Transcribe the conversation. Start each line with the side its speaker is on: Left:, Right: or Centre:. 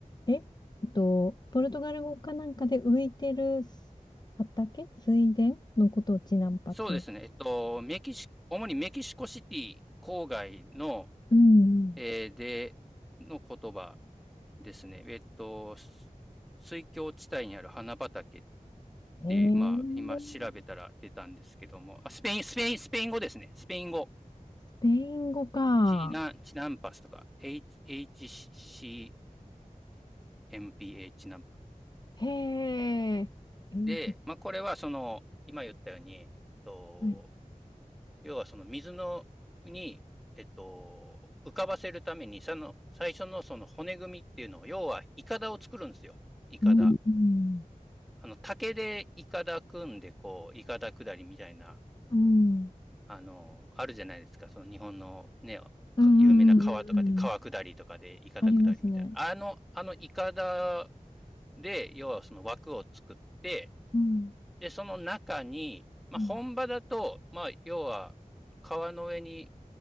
Left: ええっと、ポルトガル語かなんかで浮いてるす畑水田のことをチナンパっていう。
Centre: そうですね。えっと、メキシ、主にメキシコシティ郊外の、
Left: うんうん
Centre: えーで、の言葉ですね。えっと、水郷地帯にある花畑っ
Left: えー、
Centre: て、まあ、今調べたら出たんですけども、あ、スペイン、スペイン、スペイン語ですね。スペイン語。
Left: スペイン語か。
Centre: チナン、チナンパスとか、H- HCINAMPA チシナンパチナンパ。
Left: へえ。えーじ
Centre: で、まあ、これはその、今言ったように、えっと、
Left: はい。
Centre: 要はその水の、に、えっと、浮かばせるために、その、最初のその骨組みっていうのを、要は、イカダを作るんですよ。イカダ。
Left: うん、うん、
Centre: あの、竹でイカダ組んで、こう、イカダ下りみたいな
Left: うん、
Centre: あの、あるじゃないですか。その日本のね、
Left: うん、
Centre: か有名な川とかで、
Left: うん、うん、うんうん
Centre: 川下りとかで、イカダ下りみたいな。
Left: ありますね。
Centre: あの、あのイカダで、要はその枠を作って、
Left: うん、
Centre: で、その中に、まあ、
Left: うん、
Centre: 本場だと、まあ、要は、川の上に、